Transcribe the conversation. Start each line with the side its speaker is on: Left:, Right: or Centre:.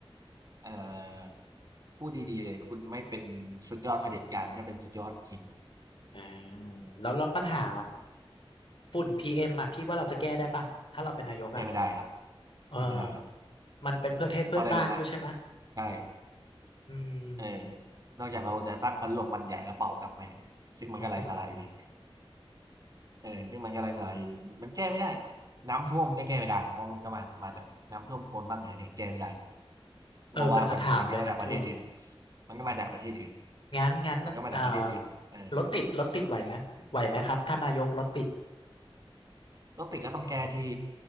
Right: เอ่อพูดดีๆเลยคุณไม่เป็นสุดยอดเผด็จการก็เป็นสุดยอดคิง
Left: อ่าแล้วแล้วปัญหาฝุ่นพีเอ็มอ่ะพี่ว่าเราจะแก้ได้ป่ะถ้าเราเป็นนายกอ่ะ
Right: แก้ไม่ได้ครับ
Left: เออ
Right: แก้ไม่ได้ครับ
Left: มันเป็นเพื่อประเทศเพื่อนบ้านด้วยใช่ไหม
Right: เพราะอะไรรู้ไหมใช่
Left: อืม
Right: เออนอกจากเราจะตั้งพัดลมมันใหญ่แล้วเป่ากลับไปซึ่งมันก็ไร้สาระอยู่ดี
Left: โอ้โห
Right: เออซึ่งมันก็ไร้สาระอยู่ดีมันแก้ไม่ได้น้ำท่วมก็แก้ไม่ได้เพราะมันก็มามาจากน้ำท่วมโคลนบ้างเหนือเนี่ยแก้ไม่ได้
Left: เออกำลังจะถามเลยน้ำท่วม
Right: เพราะว่ามันมันก็มาจากประเทศอื่นมันก็มาจากประเทศอื่น
Left: งั้นงั้นเอ่อ
Right: มันก็มาจากประเทศอื่นเออ
Left: รถติดรถติดไหวไหมไหวไหมครับท่านนายกรถติด
Right: รถติดก็ต้องแก้ที่